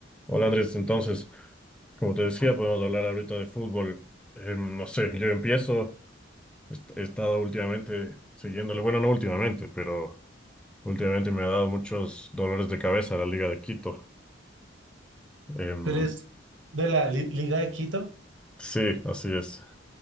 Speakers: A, in the centre; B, on the right.
A: Hola Andrés, entonces, como te decía, podemos hablar ahorita de fútbol. Eh, no sé, yo empiezo. Est- He estado últimamente siguiéndole, bueno, no últimamente, pero últimamente me ha dado muchos dolores de cabeza la Liga de Quito. Em,
B: ¿Tú eres de la li- Liga de Quito?
A: sí, así es,